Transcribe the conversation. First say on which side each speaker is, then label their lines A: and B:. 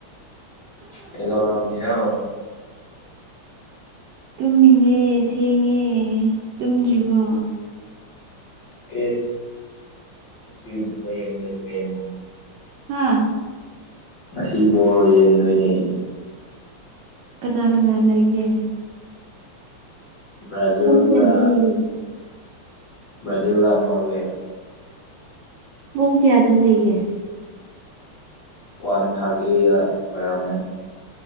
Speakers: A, on the left; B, on the right.
A: ꯀꯩꯗꯧꯔꯃꯤꯅꯣ
B: ꯇꯨꯝꯃꯤꯅꯦ ꯊꯦꯡꯉꯦ ꯇꯨꯝꯗ꯭ꯔꯤꯕꯣ
A: ꯑꯦꯁ ꯁꯤ ꯋꯥꯔꯤ ꯌꯥꯝꯒ ꯀꯥꯏꯅꯣ
B: ꯍꯥꯥ
A: ꯉꯁꯤ ꯕꯣꯜ ꯌꯦꯡꯗꯣꯏꯅꯦ
B: ꯀꯅꯥ ꯀꯅꯥ ꯂꯩꯒꯦ
A: ꯕ꯭ꯔꯖꯤꯜꯒ
B: ꯄꯨꯡ ꯀꯌꯥꯗ ꯂꯩꯒꯦ
A: ꯕ꯭ꯔꯖꯤꯟꯒ ꯅꯣꯔꯋꯦ
B: ꯄꯨꯡ ꯀꯌꯥꯗ ꯂꯩꯌꯦ
A: ꯋꯥꯟ ꯊꯥꯔꯇꯤꯗ ꯑꯣꯏꯔꯝꯒꯅꯤ